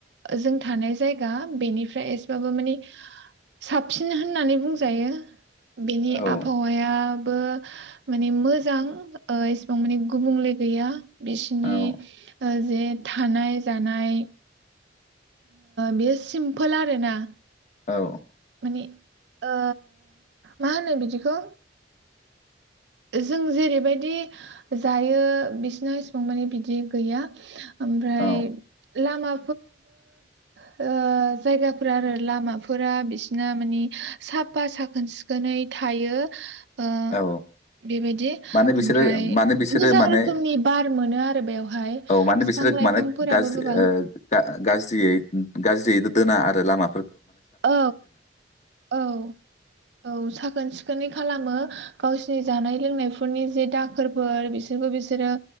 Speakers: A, on the right (about 70°); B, on the left (about 40°).
A: जों थानाय जायगा बेनिफ्राय एसेबाबो माने साबसिन होननानै बुंजायो। बेनि
B: औ
A: आबहावाया <unintelligible> माने मोजां एसेबां माने गुबुंले गैया। बिसिनि
B: औ
A: ओ जे थानाय -जानाय बेयो सिम्पोल आरो ना।
B: औ
A: <unintelligible> ओ मा होनो बिदिखौ जों जेरैबायदि जायो बिसोरना एसेबां माने बिदि गैया। ओमफ्राय
B: औ
A: लामा <unintelligible> जायगाफोर आरो लामाफोरा बिसिना मानि साफा साखोन- सिखोनै थायो। ओ
B: औ।
A: बेबायदि
B: मानो बिसोरो
A: ओमफ्राय
B: मानो बिसोरो
A: मोजां
B: माने
A: रोखोमनि बार मोनो आरो बेवहाय
B: औ मानो
A: बिफां
B: बिसोरो
A: लाइफांफोराबो
B: माने गाज्रि
A: गोबां
B: ओ गा- गाज्रियै गाज्रियै दोना आरो लामा
A: औ औ औ साखोन सि खोनै खालामो गावसोरनि जानाय लोंनायफोरनि जे दाखोरफोर बिसोरखौ बिसोरो